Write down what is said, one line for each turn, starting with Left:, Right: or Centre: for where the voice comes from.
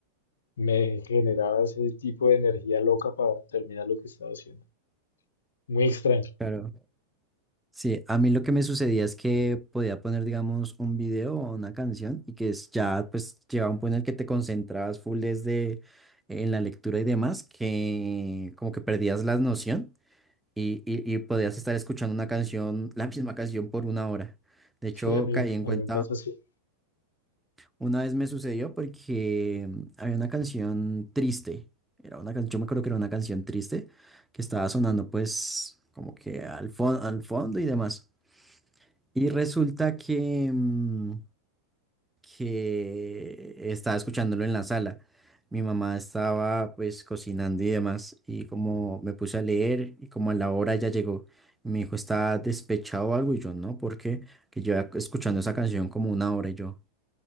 Left: me generaba ese tipo de energía loca para terminar lo que estaba haciendo. Muy extraño.
Centre: claro. Sí, a mí lo que me sucedía es que podía poner, digamos, un video o una canción y que es ya, pues, llegaba un punto en el que te concentrabas full desde eh, en la lectura y demás, que como que perdías la noción y, y, y podías estar escuchando una canción, la misma canción por una hora. De hecho,
Left: Sí, a mí,
Centre: caí en
Left: a
Centre: cuenta,
Left: mí me pasa así.
Centre: una vez me sucedió porque mm, había una canción triste, era una canción, yo me acuerdo que era una canción triste que estaba sonando pues como que al, fon- al fondo y demás. Y resulta que, mm, que estaba escuchándolo en la sala. Mi mamá estaba pues cocinando y demás y como me puse a leer y como a la hora ya llegó, mi hijo está despechado o algo y yo no, porque que yo escuchando esa canción como una hora y yo,